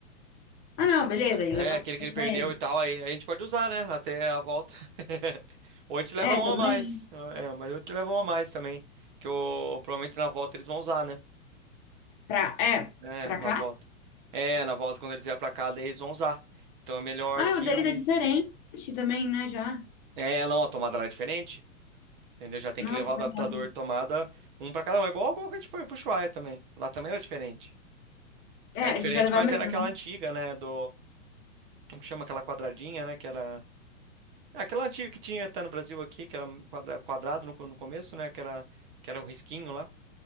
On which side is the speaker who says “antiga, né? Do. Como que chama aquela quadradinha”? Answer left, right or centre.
Right